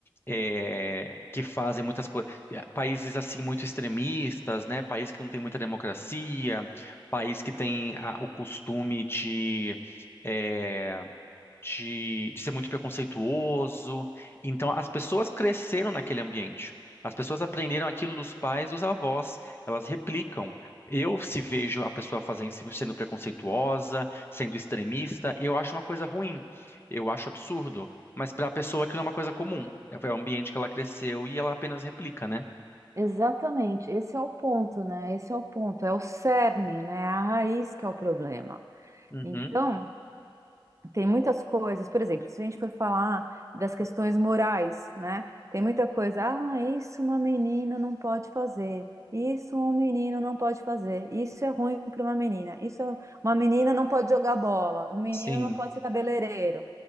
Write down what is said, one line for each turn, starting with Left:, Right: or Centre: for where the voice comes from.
Left: é, que fazem muitas coisas, países assim muito extremistas, né? Países que não têm muita democracia país que tem a- o costume de, é, de, de ser muito preconceituoso. Então, as pessoas cresceram naquele ambiente. As pessoas aprenderam aquilo dos pais, dos avós. Elas replicam. Eu, se vejo a pessoa fazendo, se- sendo preconceituosa, sendo extremista, eu acho uma coisa ruim. Eu acho absurdo. Mas para a pessoa aquilo é uma coisa comum. É o ambiente que ela cresceu e ela apenas replica, né?
Right: Exatamente, esse é o ponto, né? Esse é o ponto, é o cerne, né? É a raiz que é o problema.
Left: Uhum.
Right: Então, Tem muitas coisas, por exemplo, se a gente for falar das questões morais, né? Tem muita coisa, ah, isso uma menina não pode fazer, isso um menino não pode fazer, isso é ruim para uma menina, isso é- uma menina não pode jogar bola, um menino
Left: Sim,
Right: não pode ser cabeleireiro,